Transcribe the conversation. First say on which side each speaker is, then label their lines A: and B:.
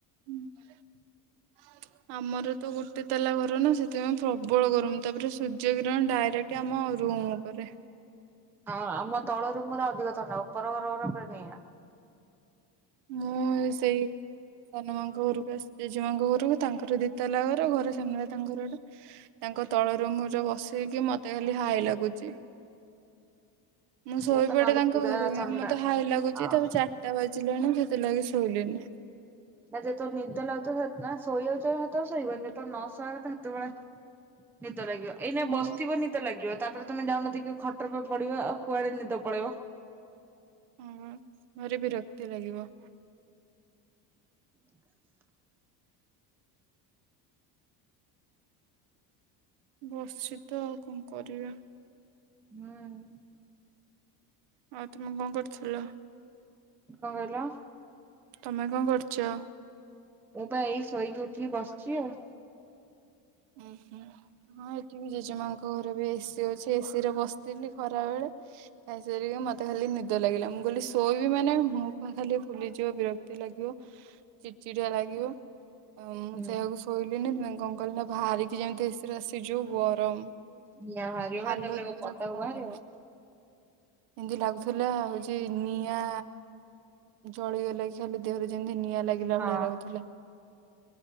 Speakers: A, on the right (about 70°); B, in the centre.
A: ହୁଁ। ଆମର ତ ଗୋଟେ ତାଲା ଘର ନା ସେଥିପାଇଁ ପ୍ରବଳ ଗରମ ତାପରେ ସୂର୍ଯ୍ୟ କିିରଣ ଡାଇରେକ୍ଟ ଏ ଆମ ରୁମ ଉପରେ।
B: ହଁ ଆମ ତଳରୁ ପୁରା ଅଧିକ ଥଣ୍ଡା ଉପର ଘରରେ ପୁରା ନିଆଁ।
A: ମୁଁ ସେଇ ସାନ ମାଙ୍କ ଘରକୁ ଆସି ଜେଜେମାଆଙ୍କ ଘରକୁ ତାଙ୍କର ଦିତଲା ଘର ଘର ସାମ୍ନା ରେ ତାଙ୍କର ଗୋଟେ ତାଙ୍କ ତଳ ରୁମ୍ ଯୋଉ ବସେଇକି ମତେ ଖାଲି ହାଇ ଲାଗୁଚି। ମୁଁ ଶୋଇପଡେ
B: ସେ ପା ନହେଲେ
A: ତାଙ୍କ
B: ପୁରା
A: ଘରେ
B: ଥଣ୍ଡା।
A: ମତେ ହାଇ ଲାଗୁଚଚି
B: ହଁ
A: ତାକୁ ଚା ଚାଟା ବାଜିଲେଣି ସେଥିଲାଗି ଶୋଇଲିନି।
B: ନା ଯେତଳେ ନିଦ ଲାଗୁଥିବ ଯଦି ତମେ ଶୋଇବାକୁ ଚାହିଁବ ତମେ ଶୋଇବନି ଯେତେଳେ ନ ଶୋଇବା କଥା ସେତେବେଳେ ନିଦ ଲାଗିବ ଏଇନା
A: ହଁ
B: ବସିଥିବ ନିଦ ଲାଗିବ ତାପରେ ତମେ ଯାଉନ ଦେଖିବ କି ଖଟ ଉପରେ ପଡିବ ଆଉ କୁଆଡେ ନିଦ ପଳେଇବ।
A: ହୁଁ ଘରେ ବିରକ୍ତି ଲାଗିବ।
B: ହଁ
A: ବସଚି ତ ଆଉ କଣ କରିବା।
B: ହୁଁ।
A: ହଉ ତମେ କଣ କରୁଥିଲ?
B: କଣ କହିଲ?
A: ତମେ କଣ କରଚ?
B: ମୁଁ ବା ଏଇ ଶୋଇକି ଉଠିକି ବସିଚି ଆଉ।
A: ଉଁ ହୁଁ। ହଁ ଏଠି ବି ଜେଜେମାଙ୍କ ଘରେ ବି ଏସିି ଅଛି ଏସିି ରେ ବସିଥିଲି ଖରା ବେଳେ। ଖାଇସାରିକି ମତେ ଖାଲି ନିଦ ଲାଗିଲା ମୁଁ କହିଲି ଶୋଇବି ମାନେ ମୁହଁ ଫୁହଁ ଖାଲି ଫୁଲିଯିବ ବିରକ ତି ଲାଗିବ ଚିଡି ଚିଡିଆ ଲାଗିବ। ଆଉ ମୁଁ
B: ହୁଁ।
A: ସେକୁ ଶୋଇଲିିନି ଇଁ କଣ କଲିନା ବାହାରିକି ଯେମିତି ଏସିରୁ ଆସିଚୁ ଗରମ
B: ନିଆଁ ବାହାରିବ
A: ହାଲତ
B: ତାପରେ
A: ପୁରା
B: କଣ ପଦାକୁ
A: ଖରାପ
B: ବାହାରିବ।
A: ହେଲା ଏମିତି ଲାଗୁଥିଲା ହଉଚି ନିଆଁ ଜଳିଗଲା କି ଖାଲି ଦେହରେ ଯେମିତି ନିଆଁ ଲାଗି ଭଳିଆ
B: ହଁ
A: ଲାଗୁଥିଲା